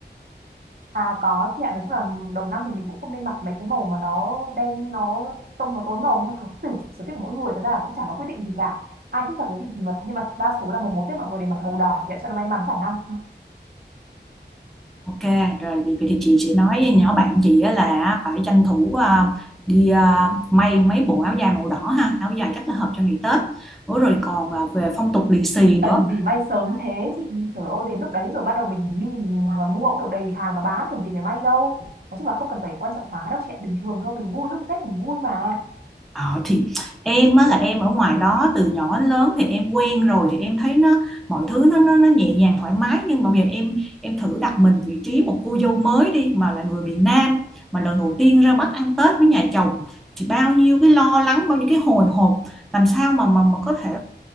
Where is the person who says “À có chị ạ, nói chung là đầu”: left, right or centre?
Right